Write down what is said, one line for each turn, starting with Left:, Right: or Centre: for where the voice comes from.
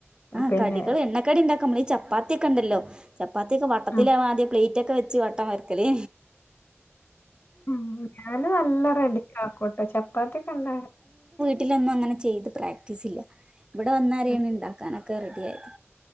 Right: ആഹ്
Left: പിന്നെ
Right: കടികള് എണ്ണക്കടി ണ്ടാക്ക നമ്മ ഈ ചപ്പാത്തിയക്കെണ്ടല്ലോ ചപ്പാത്തിക്കെ വട്ടത്തിലവാ
Left: ആഹ്
Right: ആദ്യ പ്ലെ റ്റൊക്കെ വെച്ച് വട്ടം വരക്കലെ
Left: ഉം ഞാന് നല്ല റെഡി ആക്കോട്ടെ ചപ്പാത്തിക്കെ <unintelligible>
Right: ട്ടിലൊന്നും അങ്ങനെ ചെയ്ത് പ്രാക്ടീസ് ഇല്ല ഇവിടെ വന്നരെയാണ്
Left: ഉം
Right: ണ്ടാക്കാനൊക്കെ റെഡി ആയത്